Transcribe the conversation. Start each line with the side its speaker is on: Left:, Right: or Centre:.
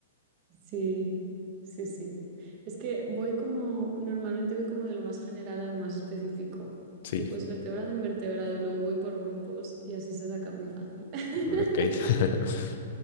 Right: sí, sí, sí. Es que voy como, normalmente voy como de lo más general a lo más específico.
Left: sí,
Right: Tipo es vertebrado, invertebrado y luego voy por grupos y así se saca muy fácil. <laughs>
Left: ok, <laughs>